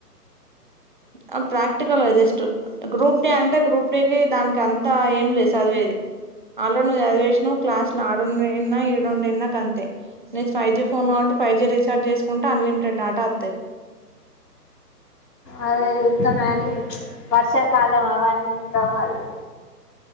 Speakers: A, on the right; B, on the left.
A: ఆ ప్రాక్టికల్ గా జస్ట్ గ్రూప్ డే అంటే గ్రూప్ డే కి దానికి అంతా ఏం లేదు చదివేది. ఆల్రెడీ నువ్వు చదివేసినావ్ క్లాస్ లో ఆడుండివిన్నా ఈడుండివిన్నా కంతే. నీది ఫైవ్ జీ ఫోన్ కాబట్టి ఫైవ్ జీ రీచార్జ చేసుకుంటే అన్లిమిటెడ్ వత్తాయి.
B: అదే ఇస్తున్నాని వర్షాకాలం అవన్నీకా వాళ్ళు